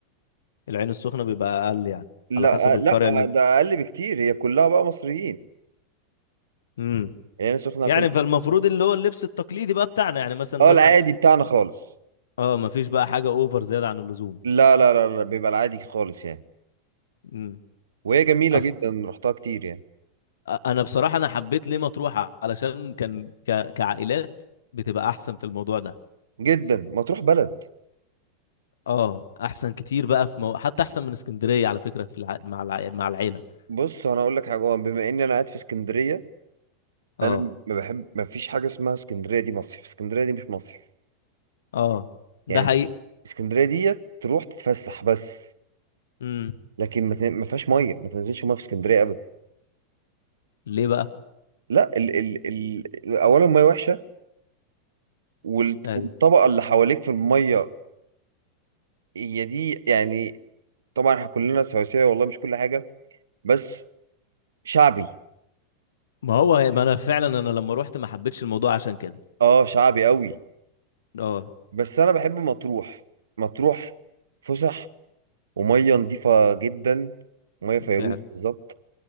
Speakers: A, on the left; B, on the right.
A: العين السخنة بيبقى اقل يعني
B: لا
A: على حسب
B: آه،
A: القرية
B: لا
A: اللي انت
B: آه، ده اقل بكتير هي كلها بقى مصريين
A: امم
B: يعني سخنة
A: يعني
B: كلها
A: فالمفروض اللي هو اللبس التقليدي بقى بتاعنا يعني مثلا الناس
B: اه العادي بتاعنا خالص
A: اه ما فيش بقى حاجة اوفر زيادة عن اللزوم
B: لا لا لا لا بيبقى العادي خالص يعني
A: امم
B: وهي جميلة
A: أص...
B: جدا رحتها كتير يعني
A: انا بصراحة انا حبيت ليه مطروح علشان كان ك... كعائلات بتبقى احسن في الموضوع ده
B: جدا مطروح بلد
A: اه احسن كتير بقى في مو... حتى احسن من اسكندريه على فكره في الع... مع الع... مع العيله
B: بص انا اقول لك حاجة هو بما اني انا قاعد في اسكندرية
A: اه
B: انا ما بحب ما فيش حاجة اسمها اسكندرية دي مصيف اسكندرية دي مش مصيف
A: اه ده
B: يعني
A: حقيقي
B: اسك- اسكندرية دي تروح تتفسح بس
A: امم
B: لكن ما تن- ما فيهاش مية ما تنزلش مية في اسكندرية ابدا
A: ليه بقى
B: لا ال ال ال اولا المية وحشة والت-
A: ايوه
B: والطبقة اللي حواليك في المية هي دي يعني طبعا احنا كلنا سواسية والله مش كل حاجة بس شعبي
A: ما هو ما انا فعلا انا لما روحت ما حبيتش الموضوع عشان كده
B: اه شعبي قوي
A: اه
B: بس انا بحب مطروح مطروح فسح ومية نظيفة جدا مية فيروز
A: فعلا
B: بالظبط